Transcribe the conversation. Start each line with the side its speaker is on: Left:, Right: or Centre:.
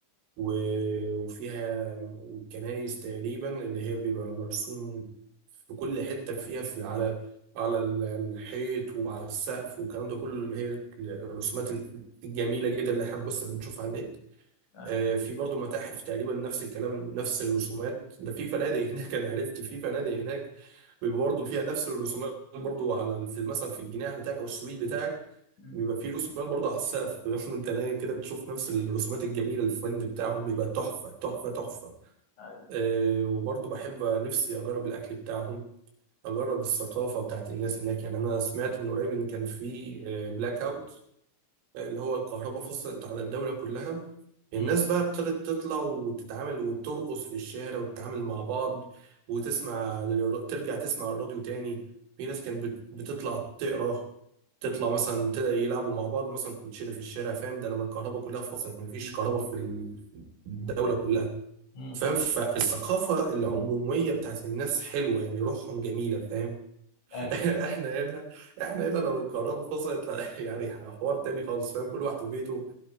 Right: و- وفيها كنايس تقريبا اللي هي بيبقى مرسوم في كل حتة فيها في على على ال- الحيط وعلى السقف والكلام ده كله اللي هي الرسومات الجميلة جدا اللي احنا بس بنشوفها على النت
Left: أيوه
Right: آه، في برضه متاحف تقريبا نفس الكلام نفس الرسومات ده في فنادق هناك انا عرفت في فنادق هناك بيبقى برضه فيها نفس الرسومات برضه على ال- في مثلا في الجناح بتاعك او السويت بتاعك
Left: أمم.
Right: بيبقى فيه رسومات برضه على السقف <laughs> وانت نايم كده بتشوف نفس الرسومات الجميله الفند بتاعهم بيبقى تحفه تحفه تحفه
Left: أيوه
Right: آه، وبرضه بحب نفسي اجرب الاكل بتاعهم اجرب الثقافه بتاعت الناس هناك يعني انا سمعت من قريب ان كان في بلاك اوت اللي هو الكهرباء فصلت على الدولة كلها الناس
Left: أمم.
Right: بقى ابتدت تطلع وتتعامل وترقص في الشارع وتتعامل مع بعض وتسمع للر- ترجع تسمع الراديو تاني في ناس كانت بت- بتطلع تقرا تطلع مثلا ت- يلعبوا مع بعض مثلا كوتشينة في الشارع فاهم ده لما الكهرباء كلها فصلت مفيش كهرباء في الدولة كلها
Left: أمم.
Right: فاهم فالثقافة العمومية بتاعت الناس حلوة يعني روحهم جميلة فاهم <laughs>
Left: <clears throat> أيوه
Right: احنا هنا احنا هنا لو الكهرباء فصلت لا يعني حوار تاني خالص فاهم كل واحد في بيته